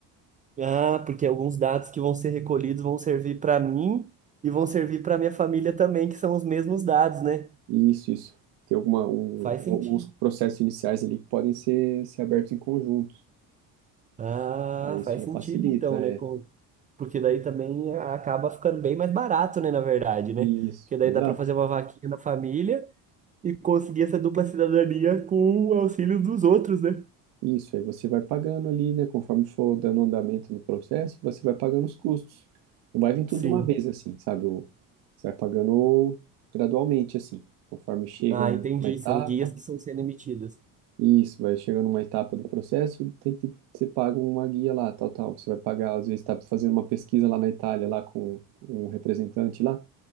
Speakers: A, on the right; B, on the right.
A: ah, porque alguns dados que vão ser recolhidos vão servir para mim e vão servir para minha família também, que são os mesmos dados, né?
B: Isso, isso. Tem alguma, um-
A: Faz sentido.
B: alguns processos iniciais ali que podem ser, ser abertos em conjunto.
A: Ah,
B: Aí isso
A: faz
B: já
A: sentido
B: facilita,
A: então,
B: é.
A: né? Com- Porque daí também ah, acaba ficando bem mais barato, né? Na verdade, né?
B: Isso,
A: Porque daí
B: exato.
A: dá para fazer uma vaquinha na família. e conseguir essa dupla cidadania com o auxílio dos outros, né?
B: Isso, aí você vai pagando ali, né? Conforme for dando andamento no processo, você vai pagando os custos. Não vai vir tudo
A: Sim.
B: de uma vez, assim, sabe? O- Você vai pagando gradualmente, assim, conforme chega
A: Ah,
B: um-
A: entendi.
B: uma etapa.
A: São guias que estão sendo emitidas.
B: Isso, vai chegando uma etapa do processo, tem que você paga uma guia lá, tal, tal. Você vai pagar, às vezes está fazendo uma pesquisa lá na Itália, lá com um representante lá.